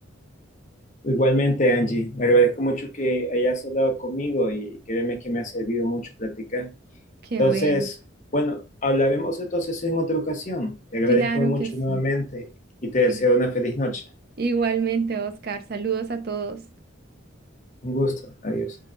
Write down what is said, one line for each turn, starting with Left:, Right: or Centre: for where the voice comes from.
Left: Igualmente, Angie, me agradezco mucho que hayas hablado conmigo y créeme que me ha servido mucho platicar.
Right: Qué
Left: Entonces,
Right: bueno.
Left: bueno, hablaremos entonces en otra ocasión. Te agradezco
Right: Claro
Left: mucho
Right: que sí.
Left: nuevamente y te
Right: Que-
Left: deseo una feliz noche.
Right: Igualmente, Oscar, saludos a todos.
Left: Un gusto. Adiós.